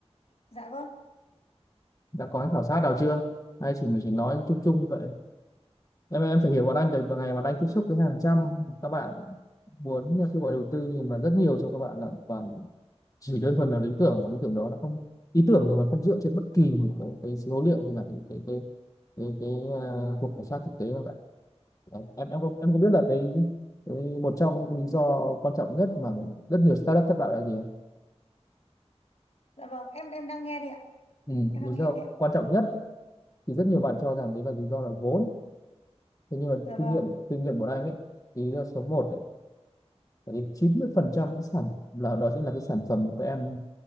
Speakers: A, on the left; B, on the left.
A: dạ vâng.
B: đã có cái khảo sát nào chưa hay chỉ mình chỉ nói chung chung như vậy em em phải hiểu bọn anh tại vào ngày bọn anh tiếp xúc với hàng trăm các bạn muốn kêu gọi đầu tư nhưng mà rất nhiều trong các bạn là toàn chỉ đơn thuần là lý tưởng và lý tưởng đó nó không ý tưởng rồi mà không dựa trên bất kỳ một cái, cái số liệu hay là cái cái cái cái, cái à, cuộc khảo sát thực tế nào cả em em có, em có biết là cái, cái một trong những lý do quan trọng nhất mà rất nhiều startup thất bại là gì
A: Dạ vâng, em em đang nghe đây ạ.
B: Ừ,
A: Em
B: lý
A: đang
B: do
A: nghe đây ạ.
B: quan trọng nhất thì rất nhiều bạn cho rằng đấy là lý do là vốn thế nhưng mà
A: Dạ vâng.
B: kinh nghiệm kinh nghiệm của anh ấy thì lý do số một ấy, phải đến chín mươi phần trăm cái sản là đó chính là cái sản phẩm của em